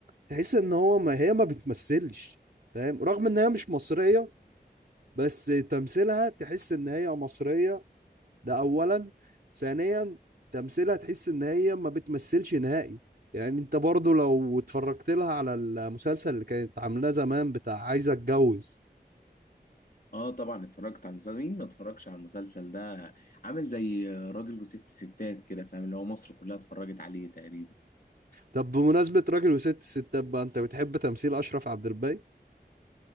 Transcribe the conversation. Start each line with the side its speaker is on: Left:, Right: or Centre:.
Right: تحس ان هو ما هي ما بتمثلش فاهم رغم ان هي مش مصرية بس تمثيلها تحس ان هي مصرية ده اولا ثانيا تمثيلها تحس ان هي ما بتمثلش نهائي يعني انت برضه لو اتفرجت لها على المسلسل اللي كانت عاملاه زمان بتاع عايزة اتجوز
Left: اه طبعا اتفرجت على المسلسل مين ما اتفرجش على المسلسل ده عامل زي راجل وست ستات كده فاهم اللي هو مصر كلها اتفرجت عليه تقريبا
Right: طب بمناسبة راجل وست ستات بقى انت بتحب تمثيل اشرف عبد الباقي